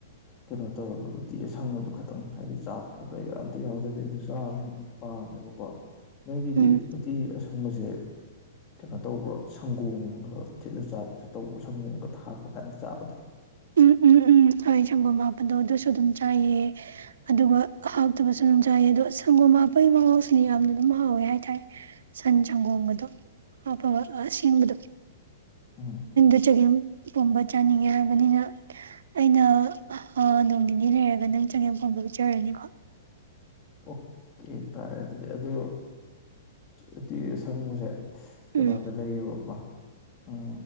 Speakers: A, on the left (about 30°); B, on the right (about 80°).
A: ꯀꯩꯅꯣ ꯇꯧꯔꯒ ꯎꯇꯤ ꯑꯁꯪꯕꯗꯨ ꯈꯇꯪ ꯍꯥꯏꯗꯤ ꯆꯥꯛꯀ ꯀꯩꯀ ꯑꯝꯇ ꯌꯥꯎꯗꯕꯤ ꯑꯗꯨ ꯆꯥꯕꯗꯨꯅ ꯄꯥꯝꯃꯦꯕꯀꯣ ꯅꯣꯏꯒꯤꯗꯤ
B: ꯎꯝ
A: ꯎꯇꯤ ꯁꯨꯝꯕꯁꯦ ꯀꯩꯅꯣ ꯇꯧꯕ꯭ꯔ ꯁꯪꯒꯣꯝꯒ ꯊꯤꯠꯂ ꯆꯥꯕꯗ ꯇꯧꯕ꯭ꯔ ꯁꯪꯒꯣꯝꯒꯗ ꯍꯥꯞꯄ ꯀꯥꯟꯗ ꯆꯥꯕꯗꯣ
B: ꯎꯝ ꯎꯝ ꯎꯝ ꯍꯣꯏ ꯁꯪꯒꯣꯝ ꯍꯥꯞꯄꯗꯣ ꯑꯗꯨꯁꯨ ꯑꯗꯨꯝ ꯆꯥꯏꯑ ꯑꯗꯨꯒ ꯍꯥꯞꯇꯕꯁꯨ ꯑꯗꯨꯝ ꯆꯥꯏꯑ ꯑꯗꯣ ꯁꯪꯒꯣꯝ ꯍꯥꯞꯄꯒꯤ ꯃꯉꯥꯎꯁꯤꯗꯤ ꯌꯥꯝꯅ ꯑꯗꯨꯝ ꯍꯥꯎꯋꯦ ꯍꯥꯏꯇꯥꯔꯦ ꯁꯟ ꯁꯪꯒꯣꯝꯒꯗꯣ ꯍꯥꯞꯄꯒ ꯑꯁꯦꯡꯕꯗꯣ
A: ꯎꯝ
B: <inaudible> ꯄꯣꯝꯕ ꯆꯥꯅꯤꯡꯉꯦ ꯍꯥꯏꯕꯅꯤꯅ ꯑꯩꯅ ꯅꯣꯡ ꯅꯤꯅꯤ ꯂꯩꯔꯒ ꯅꯪ ꯆꯒꯦꯝ ꯄꯣꯡꯕ ꯄꯤꯖꯔꯅꯤꯀꯣ
A: ꯑꯣꯀꯦ ꯇꯥꯔꯦ ꯑꯗꯨꯗꯤ ꯑꯗꯣ ꯎꯇꯤ ꯑꯁꯪꯕꯁꯦ ꯀꯩꯅꯣꯗ
B: ꯎꯝ
A: ꯂꯩꯑꯣꯕꯀꯣ ꯎꯝ